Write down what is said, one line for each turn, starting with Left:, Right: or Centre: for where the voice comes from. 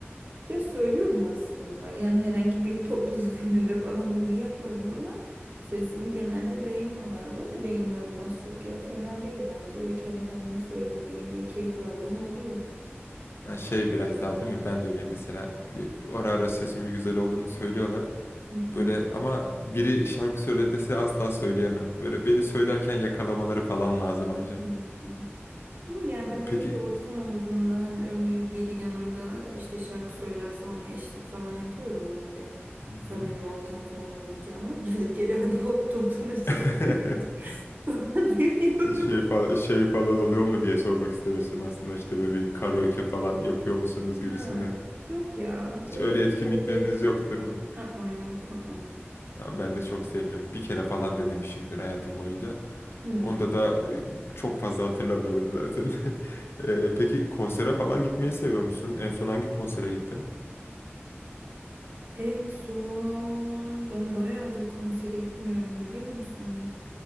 Right: Ya söylüyorum aslında. Yani herhangi bir topluluk <laughs> önünde falan bunu yapmadım ama sesimi genelde beğeniyorlar. Ben de beğeniyorum az çok ya. Fena değil bence. Öyle kendi kendime söylediğim ve keyif aldığım oluyor.
Left: Yani şey biraz daha değil mi? Ben de öyle mesela e, ara ara sesimin güzel olduğunu söylüyorlar.
Right: Hı hı.
Left: Böyle ama biri şarkı söyle dese asla söyleyemem. Böyle beni söylerken yakalamaları falan lazım anca.
Right: Hmm. Yok yani ben
Left: E,
Right: öyle
Left: Peki.
Right: bir ortam olduğundan örneğin biri yanımda işte şarkı söylerse ona eşlik falan ediyorum öyle
Left: Hı
Right: samimi
Left: hı.
Right: ortam falan olunca ama <laughs> durduk yere hadi hop toplanın şarkı
Left: <laughs>
Right: söyleyeceğim <laughs> falan demiyorum.
Left: Şey falan, şey falan oluyor mu diye sormak istemiştim aslında işte ne bileyim karaoke falan yapıyor musunuz gibisinden.
Right: Ha, yok ya
Left: Hiç
Right: öyle
Left: öyle etkinlikleriniz
Right: tarz bir etki.
Left: yok değil mi?
Right: Aa, yok. Aa.
Left: Ya ben de çok sevmiyorum. Bir kere falan denemişimdir hayatım boyunca.
Right: Hmm.
Left: Onda da e, çok fazla hatırlamıyorum zaten. <laughs> E, peki konsere falan gitmeyi seviyor musun? En son hangi konsere gittin?
Right: En son ben bayağıdır konsere gitmiyorum biliyor musun?